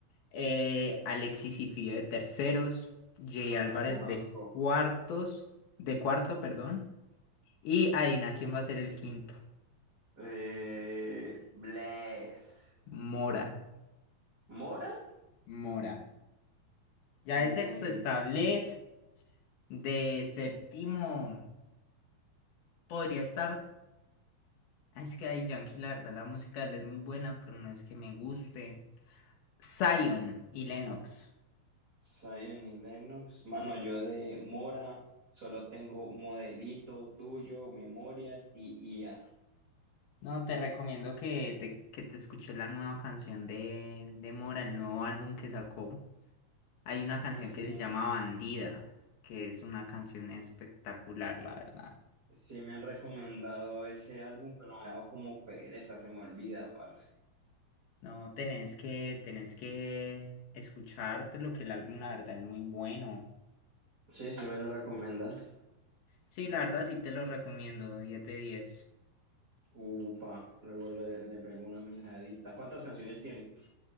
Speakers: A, on the left; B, on the right.
A: Eh, Alexis y Fido de terceros. Jay
B: no
A: Álvarez
B: los conozco.
A: de cuartos. De cuarto, perdón. Y adivina quién va a ser el quinto.
B: Eh, Bless.
A: Mora.
B: ¿Mora?
A: Mora. Ya
B: Uy,
A: de sexto está Bless. De séptimo podría estar. ah, Es que ahí Yankee, la verdad, la música de él es muy buena, pero no es que me guste. Zion y Lennox.
B: Zion y Lennox. Mano, yo de Mora solo tengo modelito tuyo, memorias y IA.
A: No, te recomiendo que te, que te escuches la nueva canción de, de Mora, el nuevo álbum que sacó. Hay una
B: Ah,
A: canción
B: sí,
A: que se llama Bandida, que es una canción espectacular, la verdad.
B: sí me han recomendado ese álbum, pero me ha dado como pereza, se me olvida, parce.
A: No, tenés que, tenés que escucharte lo que el álbum, la verdad, es muy bueno.
B: Sí, sí me lo recomendas.
A: Sí, la verdad, sí te lo recomiendo, 10 de 10.
B: Upa, luego le, le pego una miradita. ¿Cuántas canciones tiene?